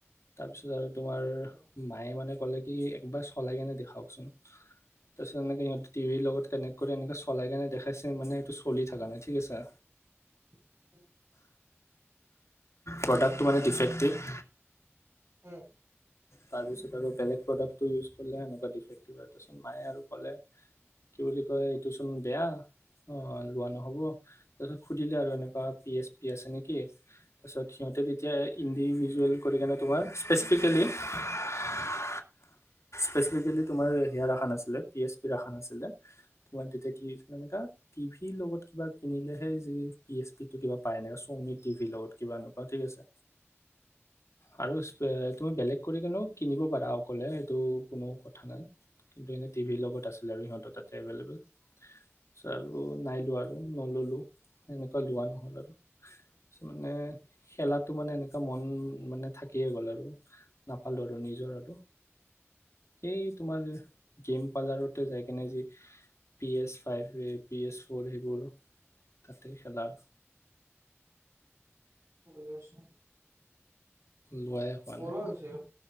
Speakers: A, on the left; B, on the right.
A: তাৰপিছত আৰু তোমাৰ
B: উম
A: মায়ে মানে কলে কি একবাৰ চলাই কেনে দেখাওকচোন তাৰপিছত এনেকে সিহঁতে টিভিৰ লগত কানেক্ট কৰি এনেকৈ চলাই কাৰণে দেখা তাইপিছে মানে এইটো চলি থকা নাই ঠিক আছে
B: <inaudible>
A: প্ৰডাক্টটো মানে ডিফেক্টিভ
B: উম
A: তাৰপিছত আৰু বেলেগ প্ৰডাক্টটো ইউজ কৰিলে এনেকুৱা ডিফেক্টিভ আৰু তাৰপিছত মায়ে আৰু ক'লে কি বুলি কয় এইটোচোন বেয়া লোৱা নহ'ব তাৰপিছত সুধিলে আৰু এনেকুৱা পি এছ পি আছে নেকি তাৰপিছত সিহঁতে তেতিয়া ইণ্ডিভিজেল জেল কৰি কেনে তোমাৰ স্পেচিফিকেলি <unintelligible> স্পেচিফিকেলি তোমাৰ হেয়াৰ এখন আছিলে পিএছ পিৰ এখন আছিলে তোমাৰ তেতিয়া কি এনেকা টি ভিৰ লগত কিবা কিনিলেহে যি পি এইচ পি টো কিবা পায় না চনি টি ভিৰ লগত কিবা এনেকুৱা ঠিক আছে আৰু তুমি বেলেগ কৰিকিনেও কিনিব বাদা ক'লে সেইটো কোনো কথা নাই কিন্তু এনে টিভিৰ লগত আছিলে আৰু সিহঁতৰ তাতে এভেইলেবল তাৰপিছত আৰু
B: অ
A: নাইলোৱা আৰু নললো সেনেকুৱা লোৱা নহ'ল আৰু। মানে, খেলাটো মানে এনেকুৱা মন মানে থাকিয়ে গ'ল আৰু। নাপালোঁ আৰু নিজৰ আৰু, সেই তোমাৰ গেম পাৰ্লাৰত যাই কিনে যি পিএছ ফাইভ, পিএছ ফ'ৰ সেইবোৰ তাতে খেলা
B: সজছয় <unintelligible>
A: লোৱাই হোৱা
B: মোৰো
A: নাই।
B: হৈছে